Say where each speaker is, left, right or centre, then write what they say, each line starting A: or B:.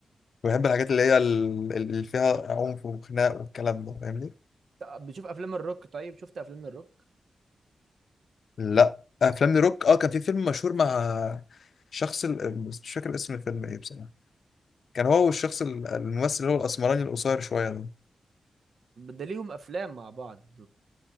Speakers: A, on the left; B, on the right.
A: بحب الحاجات اللي هي ال- اللي فيها عنف وخناق والكلام ده فاهمني
B: بتشوف افلام الروك طيب شفت افلام الروك
A: لا افلام لروك اه كان في فيلم مشهور مع شخص ال... بس مش فاكر اسم الفيلم ايه بصراحه كان هو والشخص ال- الممثل اللي هو الاسمراني القصير شويه ده
B: ده ليهم افلام مع بعض